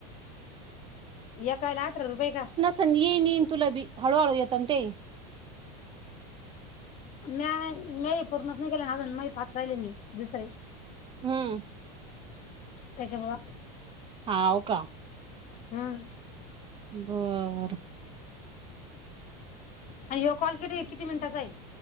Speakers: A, on the left (about 45°); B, on the right (about 30°).
A: एका ह्याला अठरा रुपये का?
B: पण येईन-येईन तुला बी, हळूहळू येतात ना ते.
A: म्या-म्या हे पूर्णच नाही केलं ना, अजून माई पाच राहिले नाही दुसरे
B: हम्म.
A: तेच्यामुळे.
B: हाव का.
A: हम्म.
B: बरं.
A: आणि ह्यो कॉल कीरे किती मिनिटाचा आहे.